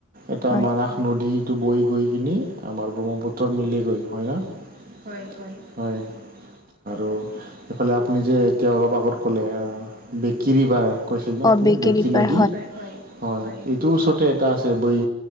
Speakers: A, on the right (about 40°); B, on the left (about 15°).
A: এটা
B: হয়
A: মানাস নদীত বৈ গৈ কিনি আমাৰ ব্ৰহ্মপুত্ৰত মিল গৈ হয় না? হয়, হয়। হয়। আৰু এইফালে আপুনি যে এতিয়া অলপ আগত ক'লে বেকিৰিভাৰ কৈছিল ন'
B: অ
A: আপুনি
B: বেকেৰী
A: বেকি
B: পাৰ
A: নদী হয়, হয়। <unintelligible> এইটোৰ ওচৰতে এটা আছে, বৈ